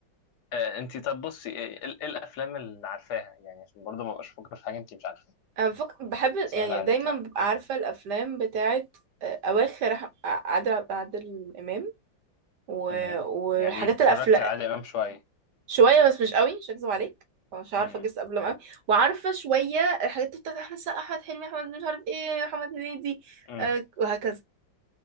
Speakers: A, on the left; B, on the right.
A: أه... انت طب بصي ايه إيه الافلام اللي عارفاها يعني عشان برضه ما بقاش افكر في حاجة انت مش عارفاها
B: انا بفك... بحب
A: سهل
B: يعني
A: عليك
B: دايما ببقى عارفه الافلام بتاعت آه، اواخر أح- عادل عب- عادل امام و...
A: مم.
B: وحاجات
A: يعني اتفرجت
B: الافلام
A: على عادل إمام شوية
B: شويه بس مش قوي مش هكذب عليك مش عارفه
A: مم.
B: اجس قبل ما
A: حلو
B: قوي وعارفه شويه الحاجات بتاعت احمد سقا احمد حلمي احمد مش عارف ايه محمد هنيدي
A: مم.
B: أه... وهكذا